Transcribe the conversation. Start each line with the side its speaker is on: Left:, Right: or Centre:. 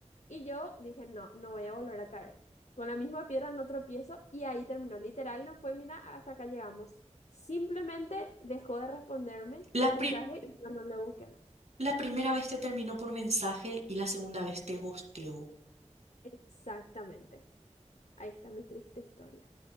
Left: y yo dije, no, no voy a volver a caer. Con la misma piedra no tropiezo y ahí terminó. Literal, no fue, mira, hasta acá llegamos. Simplemente dejó de responderme
Right: La
Left: los mensajes
Right: pri-
Left: y yo no le busqué más.
Right: la primera vez te terminó por mensaje y la segunda vez te gosteó.
Left: Exactamente. Ahí está mi triste historia.